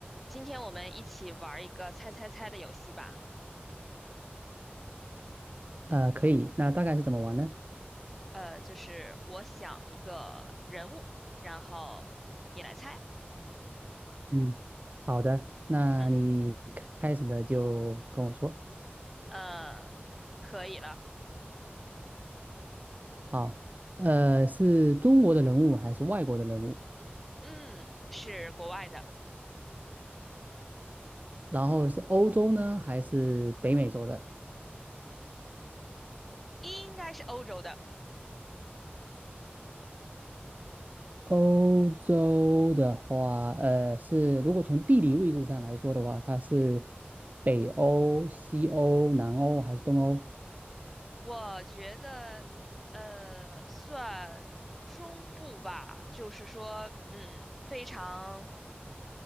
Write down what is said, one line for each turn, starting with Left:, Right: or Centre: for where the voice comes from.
Centre: 今天我们一起玩一个猜猜猜的游戏吧。
Right: 呃，可以。那大概是怎么玩呢？
Centre: 呃，就是我想一个人物，然后你来猜。
Right: 嗯，好的，那你开始的就跟我说。
Centre: 嗯，呃，可以了。
Right: 好，呃，是中国的人物还是外国的人物？
Centre: 嗯，是国外的，
Right: 然后是欧洲呢，还是北美洲的？
Centre: 应该是欧洲的。
Right: 欧洲的话，呃，是如果从地理位置上来说的话，它是北欧、西欧、南欧还是东欧？
Centre: 我觉得，呃，算中部吧。就是说，嗯，非常，